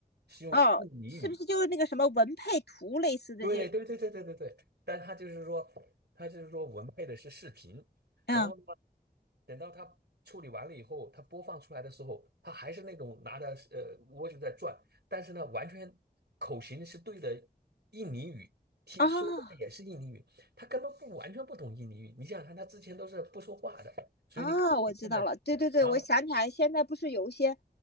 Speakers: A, on the right (about 90°); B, on the left (about 75°).
A: 是用印尼语
B: 哦，是不是就是那个什么文配图类似的这？
A: 对对对对对对对，但他就是说，他就是说文配的是视频，
B: 嗯，
A: 然后呢，等到他处理完了以后，他播放出来的时候，他还是那种拿着呃蜗牛在转，但是呢，完全口型是对的印尼语，听说话也是印尼语，
B: 哦。
A: 他根本不完全不懂印尼语。你想想看，他之前都是不说话的，所以你可能现在，
B: 啊，我知道了，对对对，
A: 然后
B: 我想起来，现在不是有一些，